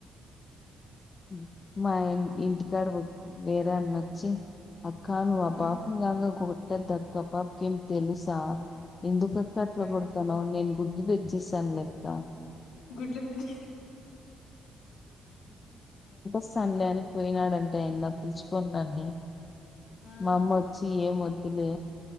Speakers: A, on the left; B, on the left.
A: హ మా ఇంటికాడ వేరె అన్నచ్చి అక్కా నువ్ ఆ
B: ఉ
A: పాప ను కాం కో ద్దక్కా పాపా కి ఏం తెలుస ఎందుకక్ కట్లా
B: ఉ
A: కొడతానవ్ నేన్ గుడ్ తేచ్చిస్థాన్ లే అక్క
B: గుడ్లు పెని
A: స్తాన్లే అని పోయినాడంటే ఎంద తీచుకన్నాన్ని
B: ఉ
A: మా అమ్మ వచ్చి ఏం వద్ లే